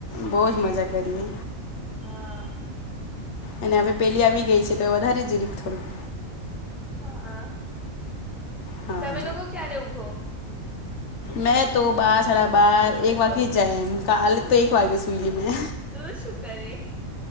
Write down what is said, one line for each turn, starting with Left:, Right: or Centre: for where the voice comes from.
Left: બહુ જ મજા કરીએ
Centre: હા
Left: અને હવે પેલી આવી ગઈ છે તો વધારે જન થોડુંક
Centre: હા
Left: હા
Centre: તમે લોકો ક્યારે ઉઘો
Left: મેં તો બાર સાડા બાર એક વાગ્ય જ જાય એમ કાલે તો એક વાગે સુઈ લ મેં
Centre: તું શું કરે